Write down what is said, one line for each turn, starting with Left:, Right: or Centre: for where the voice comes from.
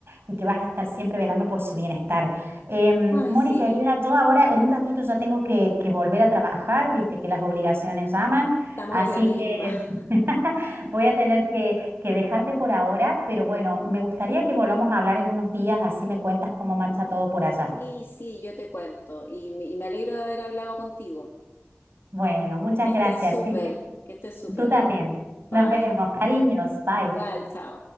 Right: y que vas a estar siempre velando por su bienestar. Em,
Left: Ay,
Right: Moni,
Left: sí,
Right: querida, yo ahora en un ratito ya tengo que, que volver a trabajar, viste que las obligaciones llaman.
Left: estamos
Right: Así
Left: en la misma.
Right: que
Left: <laughs>
Right: <laughs> voy a tener que, que dejarte por ahora, pero bueno, me gustaría que volvamos a hablar en unos días, así me cuentas cómo marcha todo por allá.
Left: Sí, sí, yo te cuento. Y me, y me alegro de haber hablado contigo.
Right: Bueno, muchas
Left: Que estés
Right: gracias.
Left: súper,
Right: que estés-
Left: que estés súper.
Right: Tú también. Nos
Left: Bye.
Right: vemos. Cariños. Bye.
Left: Igual, chao.